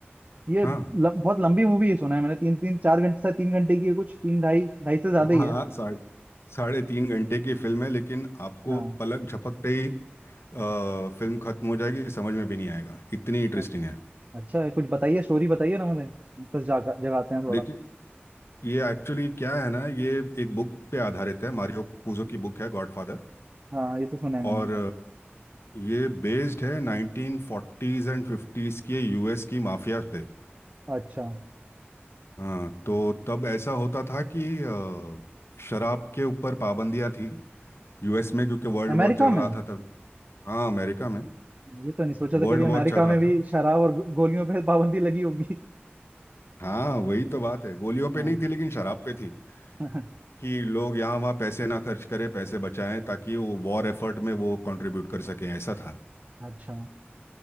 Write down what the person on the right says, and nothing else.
ये
ल, बहुत लंबी मूवी है सुना है मैंने तीन तीन चार घंटे से तीन घंटे की है कुछ तीन ढाई ढाई से ज्यादा ही
है
हाँ
अ-
अच्छा है, कुछ बताइए स्टोरी बताइए ना मुझे इंटरेस्ट जागा जगाते हैं थोड़ा
हाँ ये तो सुना है मैंने
अच्छा
अमेरिका
में
ये तो नहीं सोचा था
कभी अमेरिका
में भी
शराब और गो- गोलियों पे पाबंदी लगी होगी
हाँ,
<laughs>
अच्छा